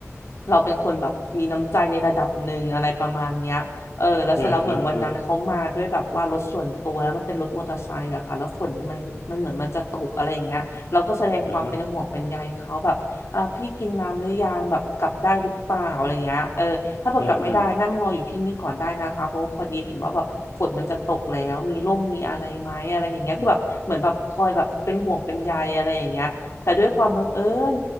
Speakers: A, on the left (about 60°); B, on the left (about 75°).
A: เราเป็นคนแบบมีน้ำใจในระดับหนึ่งอะไรประมาณเนี้ยเออแล้วเสร็จแล้วเหมือนวันนั้นเขามาด้วยแบบว่ารถส่วนตัวแล้วมันเป็นรถมอเตอร์ไซค์อะค่ะแล้วฝนมันมันเหมือนมันจะตกอะไรอย่างเงี้ยเราก็แสดงความเป็นห่วงเป็นใยเขาแบบเออพี่กินน้ำหรือยังแบบกลับได้หรือเปล่าอะไรเงี้ยเออถ้าเกิดกลับไม่ได้นั่งรออยู่ที่นี่ก่อนได้นะคะเพราะว่าพอดีเห็นว่าแบบฝนมันจะตกแล้วมีร่มมีอะไรไหมอะไรอย่างเงี้ยคือแบบเหมือนแบบคอยแบบเป็นห่วงเป็นใยอะไรอย่างเงี้ย
B: อ่าอ่าอ่าอ่าฮะอ่าอ่าอืม
A: แต่ด้วยความบังเอิญ